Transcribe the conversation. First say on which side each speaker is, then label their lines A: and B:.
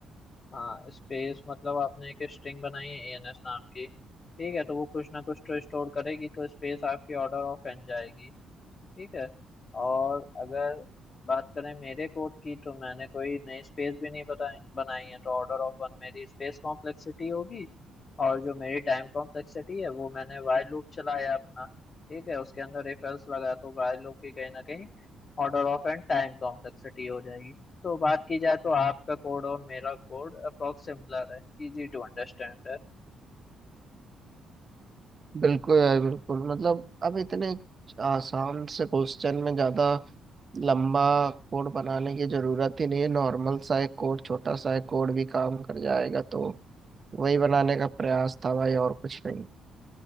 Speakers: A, on the left; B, on the right.
A: हाँ स्पेस मतलब आपने एक स्ट्रिंग बनाई है एएनएस नाम की ठीक है तो वो कुछ ना कुछ तो स्टोर करेगी तो स्पेस आपकी ऑर्डर ऑफ एन जाएगी ठीक है और अगर बात करें मेरे कोड की तो मैंने कोई नई स्पेस भी नहीं बताई बनाई है तो ऑर्डर ऑफ वन मेरी स्पेस कॉम्प्लेक्सिटी होगी और जो मेरी टाइम कॉम्प्लेक्सिटी है वो मैंने वाइल लूप चलाया अपना ठीक है उसके अंदर इफ एल्स लगा तो वाइल लूप की कहीं ना कहीं order of N time complexity हो जाएगी तो बात की जाए तो आपका कोड और मेरा कोड अप्रोक्स सिमिलर है इजी टू अंडरस्टैंड है
B: बिल्कुल यार बिल्कुल मतलब अब इतने आसान से क्वेश्चन में ज्यादा लंबा कोड बनाने की जरूरत ही नहीं है नॉर्मल सा एक कोड छोटा सा एक कोड भी काम कर जाएगा तो वही बनाने का प्रयास था भाई और कुछ नहीं